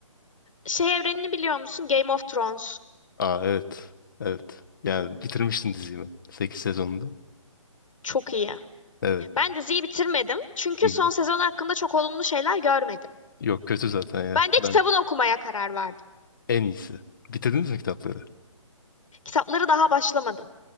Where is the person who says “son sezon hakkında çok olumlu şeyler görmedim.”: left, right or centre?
Left